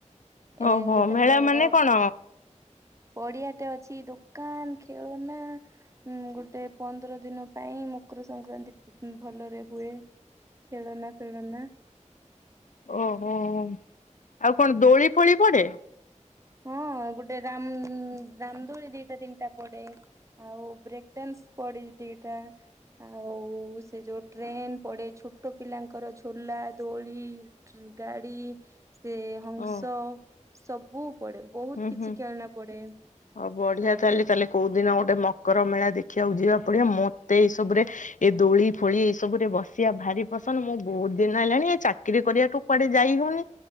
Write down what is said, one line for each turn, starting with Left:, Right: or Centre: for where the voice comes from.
Right: ଏ
Left: ଓହୋ
Right: ଗୋଟେ
Left: ମେଳା
Right: ବଡ଼
Left: ମାନେ କଣ?
Right: ପଡିଆଟେ ଅଛି ଦୋକାନ ଖେଳନା ଉଁ ଗୋଟେ ପନ୍ଦର ଦିନ ପାଇଁ ମକର ସଂକ୍ରାନ୍ତି ଭଲରେ ହୁଏ। ଖେଳନା ଫେଳନା।
Left: ଓହୋ ଆଉ କଣ ଦୋଳି ଫୋଳି ପଡେ।
Right: ହଁ ଗୋଟେ ରାମ ରାମଦୋଳି ଦିଟା ତିନିଟା ପଡେ। ଆଉ ବ୍ରେକଡ୍ୟାନ୍ସ ପଡି ଦିଟା। ଆଉ ସେ ଯୋଉ ଟ୍ରେନ ପଡେ ଛୋଟ ପିଲାଙ୍କର ଝୋଲା ଦୋଳି। ଟ୍ରି ଗାଡି ସେ ହଂସ
Left: ଓ
Right: ସବୁ ପଡେ। ବହୁତ
Left: ହୁଁ
Right: କିଛି
Left: ହୁଁ।
Right: ଖେଳଣା ପଡେ ହଁ
Left: ଆଉ ବଢିଆ ତାହେଲେ
Right: ହଁ।
Left: ତାହେଲେ କୋଉ ଦିନ ଗୋଟେ ମକର ମେଳା ଦେଖିବାକୁ ଯିବାକୁ ପଡିବ ମତେ ଏଇ ସବୁରେ ଏ ଦୋଳି ଫୋଳି ଏଇ ସବୁରେ ବସିବା ଭାରି ପସନ୍ଦ ମୁଁ ବହୁତ ଦିନ ହେଲାଣି ଏ ଚାକିରି କରିବାଠୁ କୁଆଡେ ଯାଇ ହଉନି